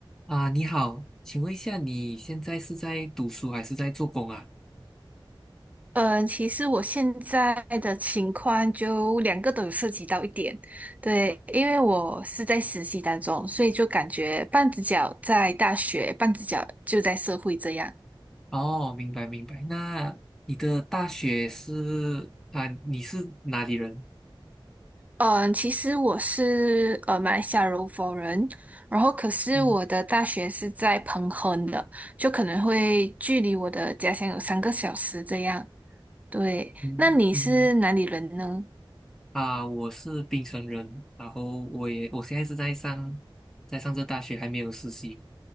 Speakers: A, in the centre; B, on the right.
A: 啊，你好，请问一下，你现在是在读书还是在做工啊？
B: 嗯，其实我现在的情况就两个都有涉及到一点，对，因为我是在实习当中，所以就感觉半只脚在大学，半只脚就在社会这样。
A: 哦，明白明白。那你的大学是啊，你是哪里人？
B: 嗯，其实我是呃马来西亚柔佛人，然后可是我的大学是在彭亨的，
A: 嗯
B: 就可能会距离我的家乡有三个小时这样。对，
A: 嗯嗯。
B: 那你是哪里人呢？
A: 啊，我是槟城人，然后我也我现在是在上在上这大学，还没有实习，